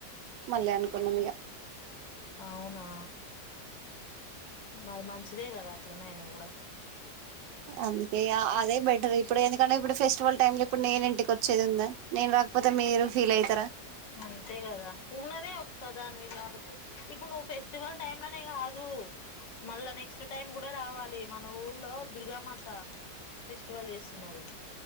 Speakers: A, on the right (about 80°); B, on the left (about 80°).
A: మళ్ళీ అను. కొన్నమ్ ఇగ
B: అవునా మది మంచిదే కదా అట్లనేైనా కూడా
A: అందుకే అదే బెటర్. ఇప్పుడు ఎందుకంటే ఇప్పుడు ఫెస్టివల్ టైమ్ లో ఇప్పుడు నేను ఇంటికి వచ్చేది ఉందా, నేన్ రాకపోతే మీరు ఫీల్ అయితరా.
B: అంతే కదా ఉన్నదే ఒక్క దానివి కాబట్ టి ఇప్పుడు నువ్వు ఫెస్టివల్ టైమ్ లనే కాదు మళ్ళా నెక్స్ట్ టైం కూడా రావాలి, మన ఊర్లో దుర్గామాత ఫెస్టివల్ చేస్తున్నారు.